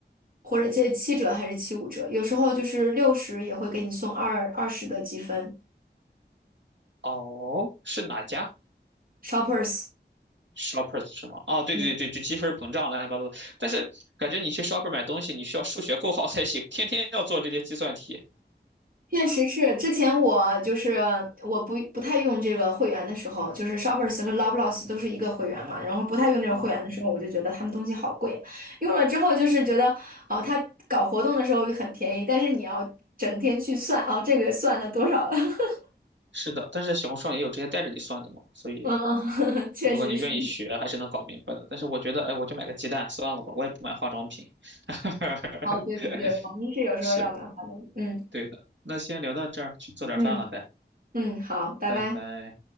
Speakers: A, on the right (about 50°); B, on the right (about 80°).
A: 或者这七折还是七五折，有时候就是六十也会给你送二二十的积分
B: 哦，是哪家
A: ，Shoppers。
B: ？Shoppers 是吗？啊，对对对对，
A: 嗯。
B: 就积分膨胀乱七八糟的。但是感觉你去 Shopper 买东西，你需要数学够好才行，天天要做这些计算题
A: 确实是，之前我就是我不不太用这个会员的时候，就是 Shoppers 和 l o v e l a w s 都是一个会员嘛，然后不太用这种会员的时候，
B: 啊。
A: 我就觉得他们东西好贵，用了之后就是觉得哦，他搞活动的时候很便宜，但是你要整天去算哦，这个算了多少了，<laughs>
B: 是的，但是小红书上也有直接带着你算的嘛，所以
A: 嗯，嗯，<laughs> 确实是，
B: 如果你愿意学，还是能搞明白的。但是我觉得，哎，我就买个鸡蛋算了吧，我也不买化妆品。<laughs>
A: 哦，对对对，我们是有时候要买化妆品。
B: 是的，
A: 嗯
B: 对的。那先聊到这儿，去做点饭了，
A: 嗯
B: 呗，
A: 嗯，好，拜拜。
B: 拜拜。